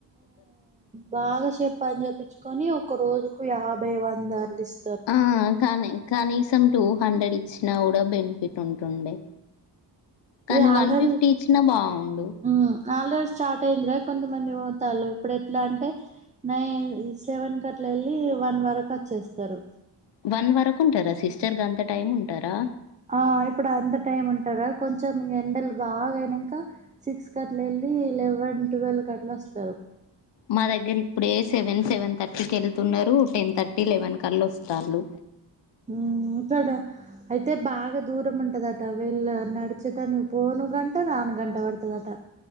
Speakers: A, on the right; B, on the left.
A: బాగా పని చేపిచ్చి కానీ ఒక రోజుకు యాభై వందలు ఇస్త
B: ఆ కానీ కానీ ఈ సం టూ హండ్రెడ్ ఇచ్చినా కూడా బెనిఫిట్ ఉంటుండే కానీ
A: ఇక ఆల్రెడీ
B: వన్ ఫిఫ్టీ ఇచ్చినా బాగుండు
A: మ్మ్ ఆల్రెడీ స్టార్ట్ అయి్యందిరా కొంతమంది పోతారు ఇప్పుడు ఎట్లా అంటే నైన్ సెవెన్ క అట్లా వెళ్ళి వన్ వరకు వచ్చేస్తారు
B: వన్ వరకు ఉంటారా సిస్టర్ గ అంత టైం ఉంటారా
A: ఆ ఇప్పుడు అంత టైం ఉంటారా కొంచెం ఎండలు బాగా అయినాక సిక్స్ క అట్లా వెళ్ళి లెవెన్ ట్వెల్వ్ క అట్లా వస్తారు
B: మా దగ్గర ఇప్పుడే సెవెన్ సెవెన్ థర్టీకి వెళ్తున్నారు టెన్ థర్టీ లెవెన్ కలా వస్తాండ్రు
A: హ అయితే బాగా దూరం ఉంటది అ అవ వెల్ నడుచతా పోను గంట రాను గంట పడుతుద అట